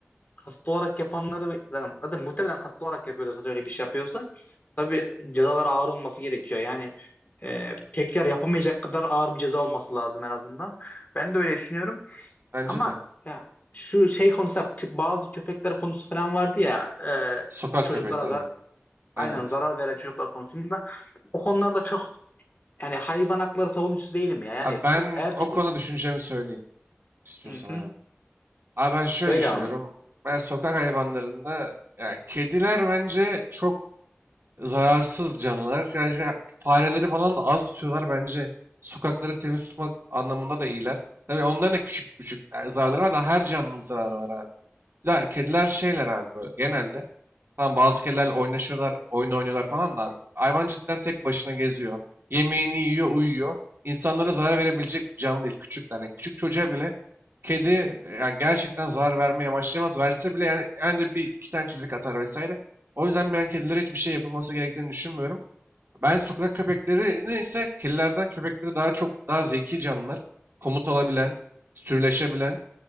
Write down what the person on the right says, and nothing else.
Bence
de.
Sokak
köpekleri.
Evet.
Abi ben
o konu düşüncemi söyleyeyim istiyorsan
abi. Abi ben şöyle
düşünüyorum.
Ben sokak hayvanlarında ya kediler bence çok zararsız canlılar. Yani şey- fareleri falan da az tutuyorlar bence. Sokakları temiz tutmak anlamında da iyiler. Tabii onların da küçük küçük e, zararları var da her canlının zararı var abi. La kediler şeyler abi böyle genelde. Tamam bazı kedilerle oynaşıyorlar, oyun oynuyorlar falan da abi. Hayvan cidden tek başına geziyor. Yemeğini yiyor, uyuyor. İnsanlara zarar verebilecek bir canlı değil. Küçükler. Yani küçük çocuğa bile kedi e, yani gerçekten zarar vermeye amaçlayamaz. Verse bile yani yani bir iki tane çizik atar vesaire. O yüzden ben kedilere hiçbir şey yapılması gerektiğini düşünmüyorum. Ben sokak köpekleri ise kedilerden köpekleri daha çok daha zeki canlılar. Komut alabilen, sürüleşebilen